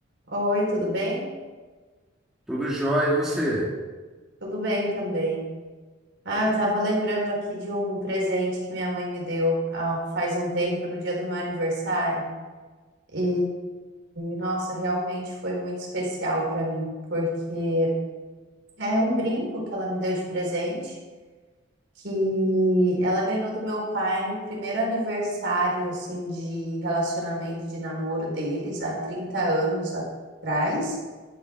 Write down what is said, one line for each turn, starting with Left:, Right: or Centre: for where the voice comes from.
Right: Oi, tudo bem?
Centre: Tudo jóia, e você?
Right: Tudo bem também. Ah, eu estava lembrando aqui de um presente que minha mãe me deu há- faz um tempo, no dia do meu aniversário. E, nossa, realmente foi muito especial para mim, porque é um brinco que ela me deu de presente, que ela ganhou do meu pai no primeiro aniversário, assim, de relacionamento, de namoro deles, há 30 anos atrás.